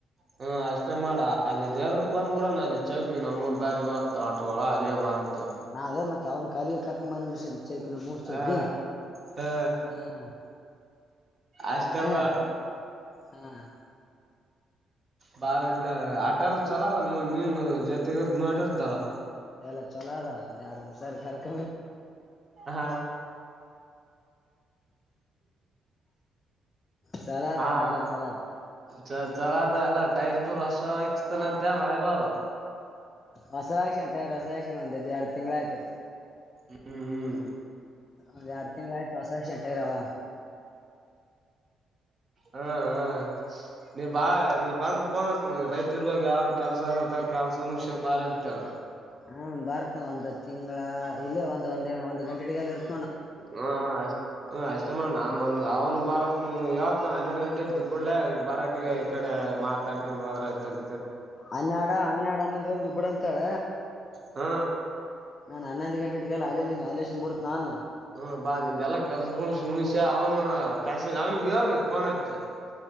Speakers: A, on the right (about 35°); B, on the left (about 40°).
A: ಹ್ಮ ಅಷ್ಟೇ ಮಾಡ ಅಲ್ಲಿ ದೇವ್ರಕ್ ಬಂದ್ಬಿಡಣ ಅಲ್ಲಿ ಚೌಕಿ ನಾವ್ ಮೂರ್ ದಾರಿಗೆಗ್ ಹೊತ <unintelligible> ಅಲ್ಲಿಗೆ ಬಾರಂತೆ
B: ನಾವೇ ಮತ್ ಅವ್ನ ಕಾಲಿ ಕರ್ಕೊಂಡ್ ಬಾ ಏಂದ <unintelligible> ಮೂರು <unintelligible>
A: ಹಾ ಹ
B: ಹ್ಮ್
A: ಅಷ್ಟೇ
B: ಹೆಂಗ
A: ಬಾಡ
B: ಹ್ಮ್
A: ಬಾಳ ಅಂತ ಆಟ ಎಲ್ಲ ಚಲೋದಲ್ ನೀನು ಜೊತೆಗಿರ್ ನೋಡಿರ್ತಲ್ಲ
B: ಎಲ್ಲ ಚಲೋದ ಒಂದ ಎರಡು ವರ್ಷ ಕರ್ಕ
A: ಹಾ
B: ಚಲೋ ಅದ
A: ಹಾ
B: ಆಟೋ ಎಲ್ಲ ಚಲೋ ಅದ
A: ಚಲೋ ಆದ ಎಲ್ಲ <unintelligible> ಹೊಸ ಇಕ್ಸ್ತಾನ ಅಂತ ಅ ಬಾವ
B: ಹೊಸದಾಕ್ಷಿ ಅಂಟೆ ರಸದಾಕ್ಷಿ ಬಂದಿದ್ದು ಎರಡು ತಿಂಗಗಳ ಆಯ್ತು
A: ಹ್ಮ್ ಹ್ಮ್
B: ಒಂದು ಎರಡ್ ತಿಂಗ್ಳ ಆಯ್ತು ಹೊಸ ಶ ಎಂಟಗರಾವ
A: ಹಾ ಹಾ ನೀ ಬಾ ನೀ ಬಂದ ಫೋನ್ ಹಚ್ಚು ಮಗ ರೈಚರ್ಗಾಗ ಯಾವ್ದು ಕೆಲಸ ಅಂತ ಕಲಸ ಮುಗಿಸಿಕೊಂಡುಬಾರ ಅಂತೇಳ
B: ಹ್ಮ ಬರ್ತ್ ಒಂದ್ ತಿಂಗಳ ಇಲ್ಲೇ ಒಂದ್ ಒಂದ ಒಂದ್ ಗಂಟೆ ಅಲ್ಲಿ ಇರ್ತ
A: ಹು ಹೂ ಆಯ್ತು <unintelligible> ನಾನು ಅವನಿಗೆ ಅವ್ನು ಬರೋಕ್ಕೆ ನೀನು ಹನ್ನೆರಡು ಗಂಟೆ ಬಿಟ್ಬಿಡ್ಲ ಇಲ್ಲಿ ಬರಾಟ್ಟಿಗೆ ಈ ಕಡೆ ಮಾ ತಕೊಂಡಂಬದ್ರತ
B: ಹನ್ನೆಡ ಹನ್ನೆರಡ ಅನ್ನೊಂದ ಗಂಟೆ ಗೆ ಬಿಡು ಅಂತೇಳ
A: ಹ್ಮ
B: ನಾನ್ ಹನ್ನೊಂದು ಗಂಟೆಟ್ಟಗೆಲ್ಲ <unintelligible> ಬಿಡು ನಾನ
A: ಹ್ಮ ಬಾ ನಿಂದ ಎಲ್ಲಾ ಕೆಲ್ಸ ಮುಗ್ಸಿ ಮುಗ್ಸಿ ಅವ್ನ ಪ್ಯಾಸೆಂ ಅವ್ನಿಗೆ ಹೇಳು ಫೋನ್ ಹಚ್ಚಿ